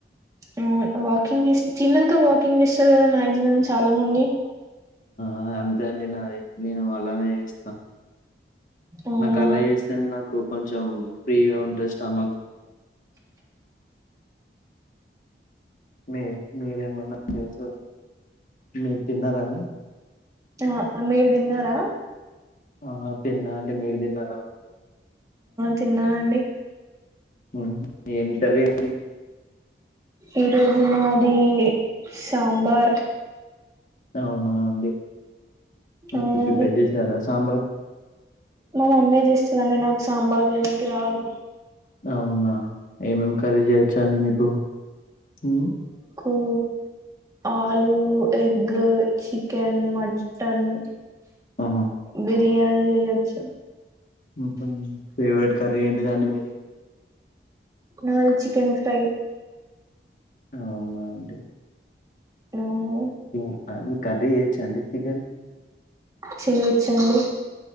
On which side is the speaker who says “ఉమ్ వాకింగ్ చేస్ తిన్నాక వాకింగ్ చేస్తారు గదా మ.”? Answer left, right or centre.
Right